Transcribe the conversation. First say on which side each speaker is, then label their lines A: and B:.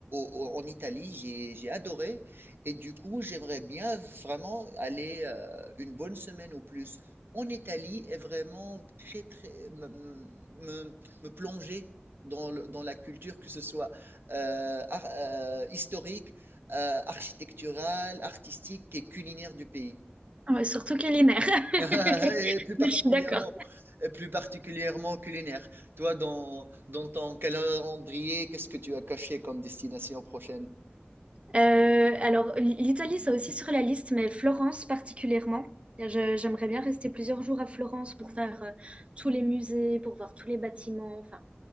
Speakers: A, on the right; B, on the right.
A: au- en Italie, j'ai, j'ai adoré. Et du coup, j'aimerais bien vraiment aller euh, une bonne semaine ou plus en Italie et vraiment très, très, me, me, me plonger dans, le- dans la culture, que ce soit euh, ar- euh, historique, euh, architecturale, artistique et culinaire du pays.
B: Ah ouais, surtout culinaire. <laughs>
A: <laughs> Et plus particulièrement,
B: Je suis d'accord.
A: et plus particulièrement culinaire. Toi, dans, dans ton calendrier, qu'est-ce que tu as caché comme destination prochaine?
B: Euh, alors, l'Italie, c'est aussi sur la liste, mais Florence particulièrement. Je- j'aimerais bien rester plusieurs jours à Florence pour faire euh, tous les musées, pour voir tous les bâtiments. Enfin,